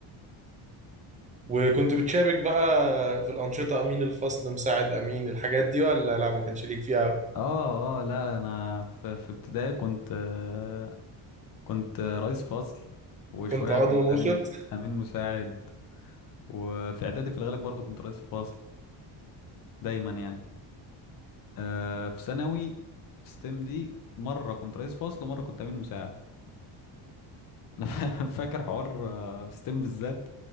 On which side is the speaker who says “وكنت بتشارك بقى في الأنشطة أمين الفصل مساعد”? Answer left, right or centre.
Right